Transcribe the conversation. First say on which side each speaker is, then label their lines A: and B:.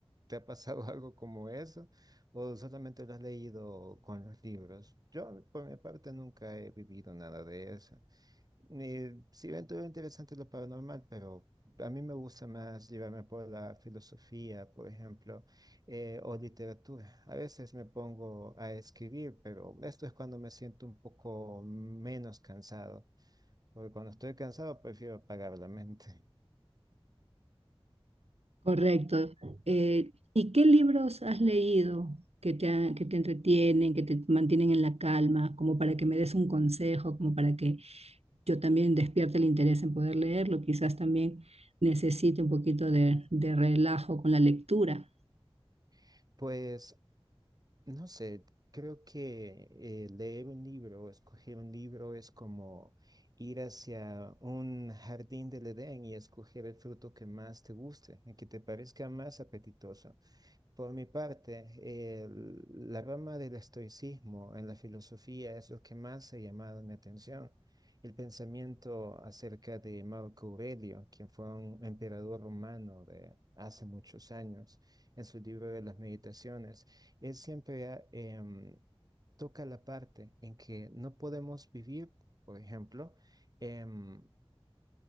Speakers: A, on the right (about 40°); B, on the right (about 85°).
A: te ha pasado <laughs> algo como eso? ¿O solamente lo has leído con los libros? Yo, por mi parte, nunca he vivido nada de eso. Eh, sí, dentro de interesante lo paranormal, pero a mí me gusta más llevarme por la filosofía, por ejemplo, eh, o literatura. A veces me pongo a escribir, pero esto es cuando me siento un poco menos cansado, porque cuando estoy cansado prefiero apagar la mente.
B: Correcto. Eh, ¿y qué libros has leído que te, ha- que te entretienen, que te mantienen en la calma, como para que me des un consejo, como para que yo también despierte el interés en poder leerlo? Quizás también necesite un poquito de, de relajo con la lectura.
A: <laughs> Pues No sé, creo que eh, leer un libro, o escoger un libro es como ir hacia un jardín del Edén y escoger el fruto que más te guste, el que te parezca más apetitoso. Por mi parte, el- la rama del estoicismo en la filosofía es lo que más ha llamado mi atención. El pensamiento acerca de Marco Aurelio, quien fue un emperador romano de hace muchos años, en su libro de las meditaciones, él siempre ha, em, toca la parte en que no podemos vivir, por ejemplo, em,